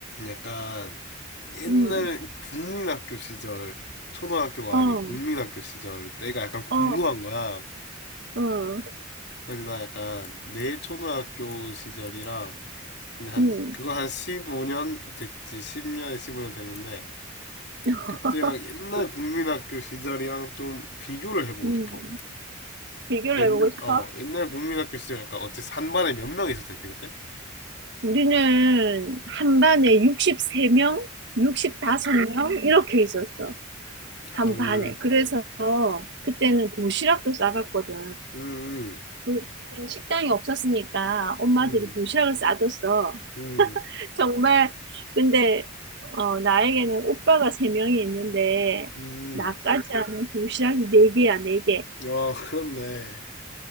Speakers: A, on the left; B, on the right.
A: 약간 옛날
B: 음,
A: 국민학교 시절 초등학교가
B: 어,
A: 아닌
B: 어,
A: 국민학교 시절 때가 약간 궁금한
B: 어,
A: 거야.
B: 어,
A: 그래서 나 약간 내 초등학교 시절이랑 이제 한
B: 음,
A: 그거 한 15년 됐지 10년 15년 됐는데
B: <laughs>
A: 그때랑 옛날 국민학교 시절이랑 좀 비교를 해보고
B: 음.
A: 싶어.
B: 비교를
A: 옛,
B: 해보고 싶어?
A: 어, 옛날 국민학교 시절 약간 어째 한 반에 몇 명 있었대 그때?
B: 우리는 한 반에 63명, 65명 이렇게 있었어.
A: 헐.
B: 한 반에. 그래서 그때는 도시락도 싸갔거든.
A: 음,
B: 그때는 식당이 없었으니까 엄마들이
A: 음,
B: 도시락을 싸줬어.
A: 음,
B: <laughs> 정말 근데 어, 나에게는 오빠가 세명이 있는데
A: 음.
B: 나까지 하면 도시락이 네개야네개
A: 아, 그렇네.